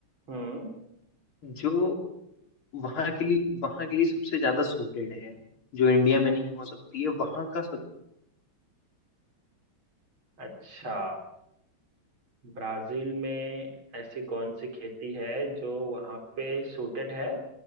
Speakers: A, on the right; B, on the left.
A: हम्म
B: जो वहां के लिए वहां के लिए सबसे ज्यादा सूटेड है जो इंडिया में नहीं हो सकती है वहां का सब
A: अच्छा ब्राजील में ऐसी कौन सी खेती है जो वहाँ पे सूटेड है